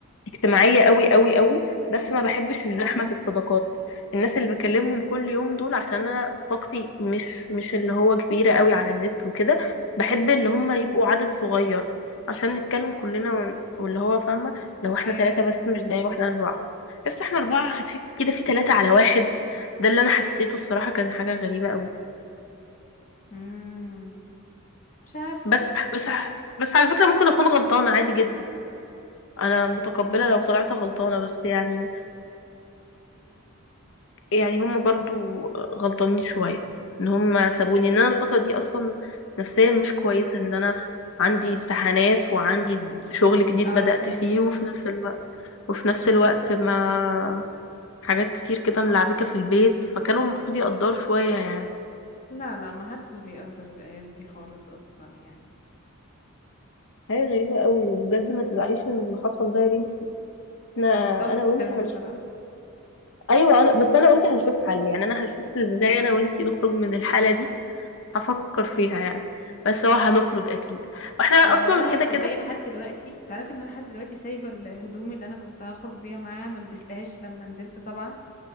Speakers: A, on the left; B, on the left.
A: اجتماعية قوي قوي قوي بس
B: امم
A: ما بحبش الزحمة في الصداقات الناس اللي بكلمهم كل يوم دول عشان انا طاقتي مش مش اللي هو كبيرة قوي على النت وكده بحب
B: امم
A: اللي هم يبقوا عدد صغير عشان نتكلم كلنا ون- واللي هو فاهمة لو احنا
B: ايوه
A: ثلاثة
B: ايوه
A: بس مش زي واحنا أربعة بس احنا أربعة هتحس كده في ثلاثة على واحد ده اللي أنا حسيته الصراحة كان حاجة غريبة قوي
B: امم مش عارفة
A: بس بس بس على فكرة ممكن أكون غلطانة عادي جدا أنا متقبلة لو طلعت غلطانة بس يعني يعني هم برضو غلطانين شوية ان هم سابوني ان انا الفترة دي اصلا نفسيا مش كويسة ان انا عندي امتحانات وعندي شغل جديد
B: اه
A: بدأت
B: كملي
A: فيه وفي نفس الوقت وفي نفس الوقت ما حاجات كتير كده ملعبكة في البيت فكانوا المفروض يقدروا شوية يعني
B: لا لا ما حدش بيقدر الايام دي خالص اصلا يعني
A: حاجة غريبة قوي وبجد ما تزعليش من اللي حصل ده يا بنتي احنا
B: هو موضوع مستفز
A: انا وانتي هنشوف
B: بصراحة
A: ايوه انا بس انا وانتي هنشوف حل يعني انا هشوف ازاي انا وانتي نخرج من الحالة دي هفكر فيها يعني بس هو هنخرج اكيد واحنا اصلا
B: انا والله
A: كده
B: صدقي
A: كده
B: لحد دلوقتي تعرفي ان انا لحد دلوقتي سايبة الهدوم اللي انا كنت هخرج بيها معاها ما لبستهاش لما نزلت طبعا